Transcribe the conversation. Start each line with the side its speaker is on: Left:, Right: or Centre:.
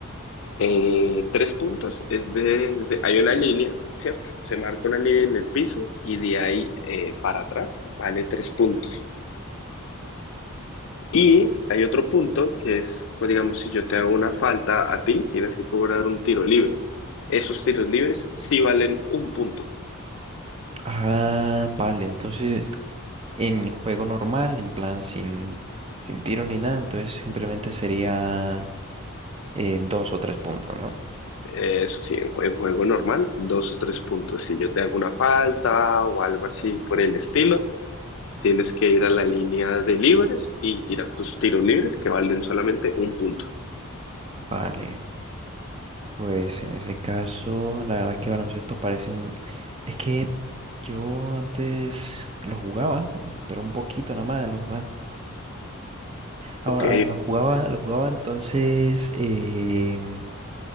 Left: Eh, tres puntos es desde, hay una línea, ¿cierto? Se marca una línea en el piso y de ahí eh, para atrás vale tres puntos. Y hay otro punto que es, pues, digamos, si yo te hago una falta a ti, tienes que cobrar un tiro libre. Esos tiros libres sí valen un punto.
Right: Ah, vale, entonces en juego normal, en plan, sin, sin tiro ni nada, entonces simplemente sería eh, dos o tres puntos, ¿no?
Left: Eh, eso sí, en jue- en juego, normal, dos o tres puntos. Si yo te hago una falta o algo así por el estilo, tienes que ir a la línea de libres y tirar tus tiros libres que valen solamente un punto.
Right: Vale. Pues en ese caso, la verdad que baloncesto parece un... Es que yo antes lo jugaba, pero un poquito nada más lo jugaba. Ahora,
Left: Ok,
Right: ahora lo jugaba, lo jugaba entonces. em,